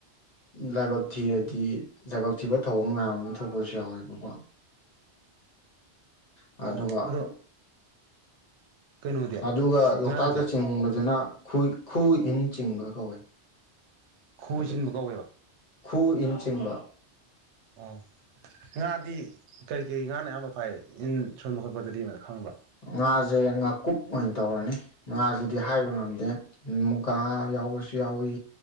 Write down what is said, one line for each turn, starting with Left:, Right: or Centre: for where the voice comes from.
Left: ꯂꯥꯏꯕꯛ ꯊꯤꯔꯗꯤ ꯂꯥꯏꯕꯛ ꯊꯤꯕ ꯊꯧꯑꯣꯡ ꯃꯌꯥꯝ ꯑꯃ ꯊꯣꯛꯄꯁꯨ ꯌꯥꯎꯋꯦꯕꯀꯣ ꯑꯗꯨꯒ
Right: ꯑꯣ ꯑꯗꯣ ꯀꯩꯅꯣꯗꯤ
Left: ꯑꯗꯨꯒ ꯂꯣꯛꯇꯥꯛꯇ
Right: ꯉꯥꯁꯦ
Left: ꯆꯤꯡꯕꯗꯨꯅ ꯈꯨ ꯈꯨ ꯏꯟ ꯆꯤꯡꯕ ꯀꯧꯋꯏ
Right: ꯈꯣꯏ
Left: ꯑ
Right: ꯆꯤꯟꯕ ꯀꯧꯋꯦꯕ
Left: ꯈꯨ ꯏꯟ <inaudible>
Right: ꯑ ꯉꯥꯗꯤ ꯀꯔꯤ ꯀꯔꯤ ꯉꯥꯅꯌꯥꯝꯕ ꯐꯥꯏ ꯏꯟ ꯁꯣꯟꯕ ꯈꯣꯠꯄꯗꯗꯤ ꯑꯃ ꯈꯪꯕ꯭ꯔꯥ
Left: ꯉꯥꯁꯦ ꯉꯥꯀꯨꯞ ꯑꯣꯏꯅ ꯇꯧꯔꯅꯤ ꯉꯥꯁꯤꯗꯤ ꯍꯥꯏꯕ ꯉꯝꯗꯦ ꯃꯨꯒꯥꯥ ꯌꯥꯎꯕꯁꯨ ꯌꯥꯎꯏ